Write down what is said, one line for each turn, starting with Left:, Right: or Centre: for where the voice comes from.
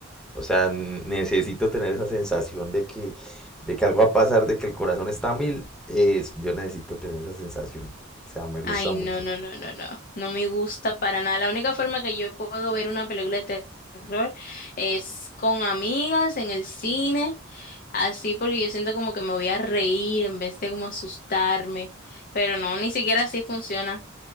Centre: O sea, n- necesito tener esa sensación de que de que algo va a pasar, de que el corazón está a mil. Es, yo necesito tener esa sensación. O sea, me gusta
Left: Ay, no,
Centre: mucho.
Left: no, no, no, no. No me gusta para nada. La única forma que yo puedo ver una película de terror es con amigas en el cine, así porque yo siento como que me voy a reír en vez de como asustarme. Pero no, ni siquiera así funciona,